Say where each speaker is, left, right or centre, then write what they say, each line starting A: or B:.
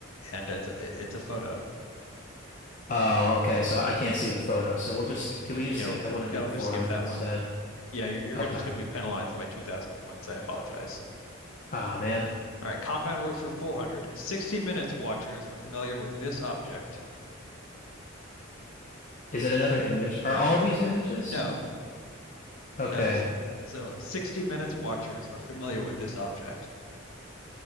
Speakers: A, on the left; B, on the left.
A: And it's a, it's a photo.
B: Oh, okay. So I can't see the photo. So we'll just, can we just
A: You know,
B: skip that one and
A: yeah,
B: do
A: we'll
B: the 400
A: just skip that
B: instead?
A: one. Yeah, you're, you're
B: Okay.
A: gonna, just going to be penalized by 2,000 points. I apologize.
B: Oh, man.
A: All right, compound words for 400. 60 Minutes watchers are familiar with this object.
B: Is it another image? Are all of these images?
A: No,
B: Okay.
A: no, this. So 60 Minutes watchers are familiar with this object,